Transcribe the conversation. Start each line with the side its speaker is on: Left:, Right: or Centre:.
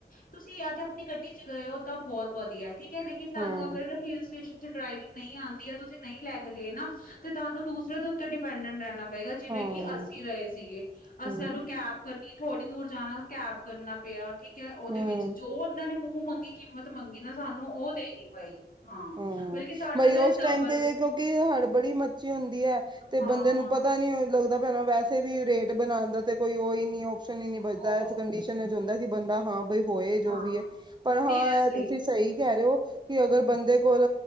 Left: ਤੁਸੀਂ ਜਾਂ ਤੇ ਆਪਣੀ ਗੱਡੀ 'ਚ ਗਏ ਹੋ ਤਾਂ ਬੋਤ ਵਧੀਆ ਠੀਕ ਐ ਲੇਕਿਨ ਤਾਨੂੰ
Right: ਹਾਂ
Left: ਅਗਰ ਹਿੱਲ ਸਟੇਸ਼ਨ 'ਚ ਡਰਾਈਵਿੰਗ ਨਈ ਆਂਦੀ ਏ ਤੁਸੀਂ ਨਈ ਲੈ ਕੇ ਗਏ ਨਾ ਤੇ ਤਾਨੂੰ ਦੂਸਰੇ ਦੇ ਉੱਤੇ ਡਿਪੈਂਡੈਂਟ ਰੈਣਾ ਪਏਗਾ ਜਿਵੇਂ
Right: ਹਾਂ
Left: ਕਿ ਅਸੀਂ ਰਏ ਸੀਗੇ ਅਸੀ
Right: ਹਮ
Left: ਸਾਨੂੰ ਕੈਬ ਕਰਨੀ ਥੋੜ੍ਹੀ ਦੂਰ ਜਾਣਾ ਕੈਬ ਕਰਨਾ ਪਿਆ ਠੀਕ ਐ ਉਦੇ
Right: ਹਮ
Left: ਵਿੱਚ ਜੋ ਉਨਾਂ ਨੇ ਮੂੰਹ ਮੰਗੀ ਕੀਮਤ ਮੰਗੀ ਨਾ ਸਾਨੂੰ ਉਹ ਦੇਣੀ ਪਈ ਹਾਂ ਮਤਲਬ
Right: ਹੂੰ
Left: ਕਿ ਸਾਡਾ
Right: ਬਈ
Left: ਤੇ
Right: ਉਸ
Left: ਡਬਲ
Right: ਟਾਈਮ ਤੇ ਕਿਉਂਕਿ ਹੜਬੜੀ ਮੱਚੀ ਹੁੰਦੀ ਐ ਤੇ
Left: ਹਾਂ
Right: ਬੰਦੇ ਨੂੰ ਪਤਾ ਨੀ ਲੱਗਦਾ ਭੈਣਾਂ ਵੈਸ ਵੈਸੇ ਵੀ ਰੇਟ ਬਣਾਣ ਦਾ ਤੇ ਕੋਈ ਓ ਈ ਨੀ ਓਪਸ਼ਨ ਈ ਨੀ
Left: ਉਹ
Right: ਬਚਦਾ ਇਸ ਕੰਡੀਸ਼ਨ 'ਚ ਹੁੰਦਾ ਕਿ ਬੰਦਾ ਹਾਂ ਬਈ ਹੋਏ
Left: ਹਾਂ
Right: ਜੋ ਵੀ ਐ ਪਰ ਹਾਂ
Left: ਸੀਰੀਅਸਲੀ
Right: ਐ ਤੁ ਸਈ ਕੈ ਰਏ ਹੋ ਕਿ ਅਗਰ ਬੰਦੇ ਕੋਲ